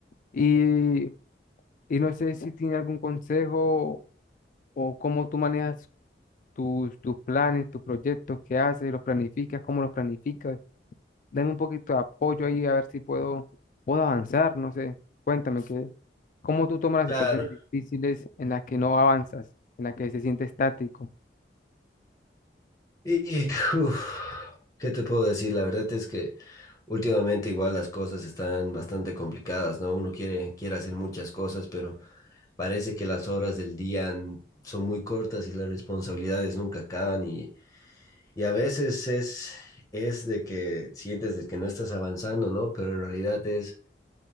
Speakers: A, on the left (about 45°); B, on the left (about 20°).
A: Y, y no sé si tiene algún consejo o cómo tú manejas tus, tus planes, tus proyectos, qué haces, los planificas, cómo los planificas. Dame un poquito de apoyo ahí a ver si puedo, puedo avanzar, no sé. Cuéntame que, ¿cómo tú tomas las
B: Claro.
A: situaciones difíciles en las que no avanzas, en las que se siente estático?
B: Y, uf, ¿qué te puedo decir? La verdad es que últimamente igual las cosas están bastante complicadas, ¿no? Uno quiere, quiere hacer muchas cosas, pero parece que las horas del día n- son muy cortas y las responsabilidades nunca acaban y, y a veces es, es de que sientes de que no estás avanzando, ¿no? Pero en realidad es...